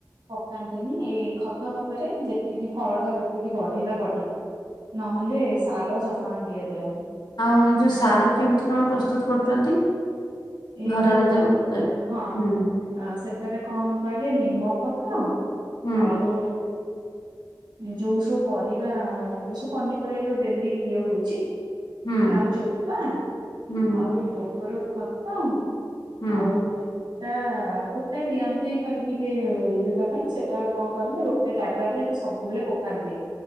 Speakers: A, on the right; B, on the left.
A: ପକାନ୍ତିନି। ଏଇ ଖତ ଫତରେ ଯେତିକି ଫଳ ଟା ଯେତିକି ବଢିଲା-ବଢିଲା। ନହେଲେ ସାର ଜମା ଦିଆଯାଏନି
B: ଆଉ ଏଇ ଯୋଉ ସାର କେମିତି କଣ ପ୍ରସ୍ତୁତ କରୁଛନ୍ତି
A: ଏଇ
B: ଘରର
A: ଯୋଉ
B: ଏ,
A: ହଁ
B: ହୁଁ
A: ସେଠାରେ କଣ କହିଲେ ନିମପତ୍ର
B: ହୁଁ
A: ଆଉ ଯେଉଁ ସବୁ ପରିବା ଯେଉଁ ସବୁ ପନିପରିବା ଯେଉଁ ଡେଲି ଇଏ ହଉଛି
B: ହୁଁ
A: ତା ଚୋପା
B: ହୁଁ
A: ଆଉ ଗୋବର ଖତ
B: ହୁଁ
A: ଆଉ ତା କୁଟା ଦିଅନ୍ତି ଖାଲି ଟିକେ ଇଏଟା ପାଇଁ ସେଟା କଣ କରନ୍ତି ଗୋଟେ ଜାଗାରେ ସବୁବେଳେ ପକାନ୍ତି